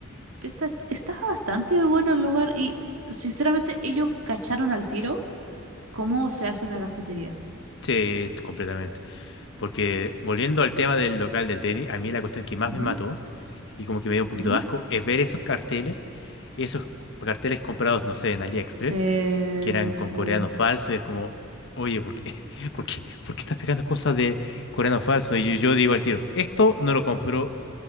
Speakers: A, on the right; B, on the left.
A: Está, está bastante bueno el lugar y sinceramente ellos cacharon al tiro cómo se hace una cafetería.
B: Sí, completamente. Porque volviendo al tema del local del Denny, a mí la cuestión que más
A: Ujú,
B: me mató y como que me dio un poquito
A: ujú.
B: de asco es ver esos carteles, esos carteles comprados, no sé, en AliExpress
A: Se,
B: que eran con
A: se,
B: coreano falso y es como, oye, ¿por qué, <laughs> por qué, por qué estás pegando cosas de coreano falso? Y yo digo al tiro, esto no lo compró